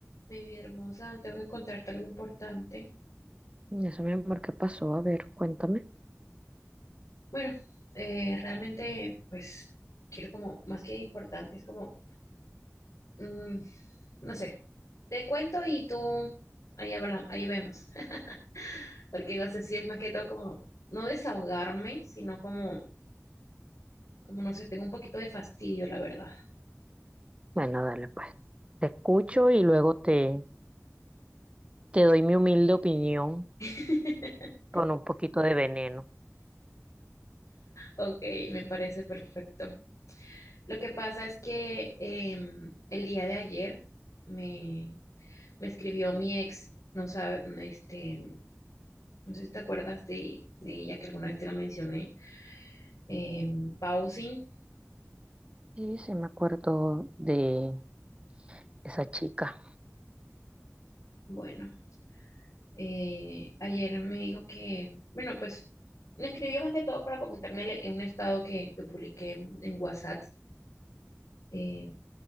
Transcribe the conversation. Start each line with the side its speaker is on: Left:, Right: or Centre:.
Left: Mi vida hermosa, tengo que contarte algo importante.
Right: Eso, mi amor, ¿qué pasó? A ver, cuéntame.
Left: Bueno, eh, realmente, pues, quiero como, más que importante, es como, mm, no sé, te cuento y tú, ahí hablamos, ahí vemos, <laughs> porque no sé si es más que todo como, no desahogarme, sino como, como, no sé, tengo un poquito de fastidio, la verdad.
Right: Bueno, dale, pues. Te escucho y luego te, te doy mi humilde opinión
Left: <laughs>
Right: con un poquito de veneno.
Left: Ok, me parece perfecto. Lo que pasa es que em, el día de ayer me, me escribió mi ex, no sabe, este, No sé si te acuerdas de, de ella que alguna vez te la mencioné. Eh, Pausing.
Right: Sí, sí, me acuerdo de esa chica.
Left: Bueno, eh, ayer me dijo que, bueno, pues me escribió más que todo para comentarme el- en un estado que, que publiqué en, en WhatsApp. Eh,